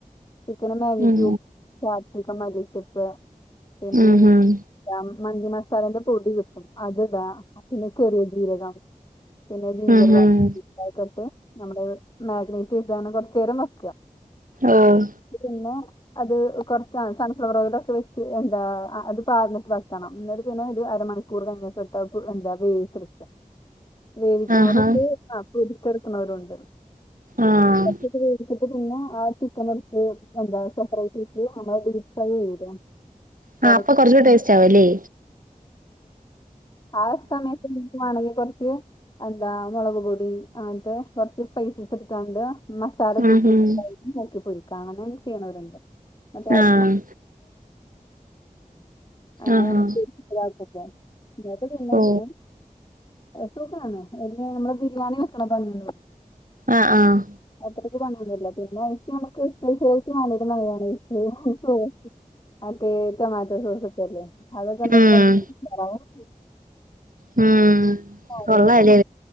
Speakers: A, on the left (about 30°); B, on the right (about 75°).
A: ചിക്കനും മാഗി
B: ഉം
A: ക്യൂബ് ചാർത്തിക്ക മല്ലിച്ചപ്പ് പിന്നെ
B: ഉം
A: ഈ
B: ഉം
A: മന്തി മസാലേന്റെ പൊടി കിട്ടും അത്ടാ പിന്നെ ചെറിയ ജീരകം പിന്നെ ജിഞ്ചർ
B: ഉം
A: ഗാർലിക്ക്
B: ഉം
A: <unintelligible> നമ്മള് മാഗ്നേറ്റ് ചെയ്താണ്ട് കൊറ്ചെരം വയ്ക്ക
B: ആഹ്
A: പിന്നെ അത് കൊറ്ച്ചാണ് സൺഫ്ലവറോയിലോക്കെ വെച്ച് എന്താ അത് പാർന്നിട്ട് വയ്ക്കണം ന്ന്ട്ട് പിന്നെ ഒര് അരമണി ക്കൂർ കഴിഞ്ഞിട്ട് <unintelligible> എൻത വേവിച്ചെട്ക്ക വേവിക്കുന്നൊരുണ്ട്
B: ആഹാ
A: ആഹ് പൊരിച്ചേട്ക്കുന്നൊരുണ്ട്
B: ആഹ്
A: പിന്നെ ആ ചിക്കനെട്ത്ത് എന്താ സപ്രെയ്റ്റ്ട്ട് നമ്മളെ <unintelligible> <unintelligible>
B: ആ അപ്പൊ കൊറച്ചൂടെ ടേസ്റ്റ് ആവുല്ലേ
A: ആഹ് സമയത്ത് മാണങ്കി കൊറ്ച്ച് എന്താ മുളക് പൊ പി <unintelligible> കൊറ്ച്ച് പൈസസ് ട്ടാണ്ട് മസാല
B: ഉം
A: കൂട്ടി
B: ഉം
A: നോക്കി പൊരിക്കാം അങ്ങനെ ചെയ്യ്ണവര്ണ്ട് <unintelligible>
B: ആഹ്
A: അങ്ങെനെ
B: ആഹ്
A: നമ്മക്ക്
B: ആഹ്
A: <unintelligible> ന്നട്ട് പിന്നെങ്ങനെ
B: ഓ
A: എത്തുക്കാണ് <unintelligible> <unintelligible> നമ്മള് ബിരിയാണി വെക്ണ പണിയൊന്നുല്ല
B: ആഹ് ആഹ്
A: അത്രയ്ക്ക് പണിയൊന്നുല്ല പിന്നെഅയിക്ക് ഞമ്മക്ക് <unintelligible> <unintelligible> മറ്റെ റ്റൊമാറ്റോ സോസ് ല്ലേ അതൊക്കെ ണ്ടെങ്കിലും
B: ഉം
A: <unintelligible>
B: ഉം
A: ആതെ
B: കൊള്ളാല്ലേ